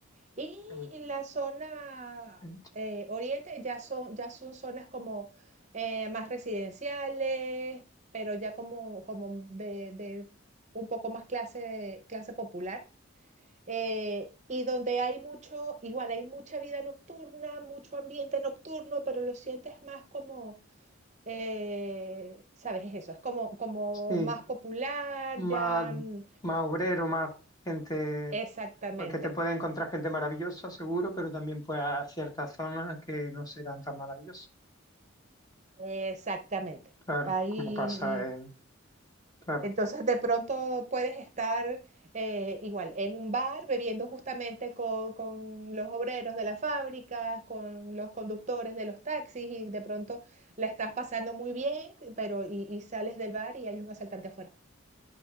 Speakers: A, on the right; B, on the left.
A: Y
B: Mm,
A: en la zona
B: entiendo.
A: eh, oriente ya son, ya son zonas como eh, más residenciales, pero ya como, como de, de un poco más clase, clase popular. eh, y donde hay mucho, igual hay mucha vida nocturna, mucho ambiente nocturno, pero lo sientes más como, eh, ¿sabes? Es eso, es como, como
B: Sí,
A: más popular,
B: más,
A: ya, mm,
B: más obrero, más gente,
A: exactamente,
B: porque te puede encontrar gente maravillosa, seguro, pero también pues a ciertas zonas que no serán tan maravillosas.
A: exactamente.
B: Claro,
A: Ahí
B: como pasa en... Claro,
A: Entonces, de pronto puedes estar eh, igual en un bar bebiendo justamente con, con los obreros de las fábricas, con los conductores de los taxis y de pronto la estás pasando muy bien, pero y, y sales del bar y hay un asaltante afuera.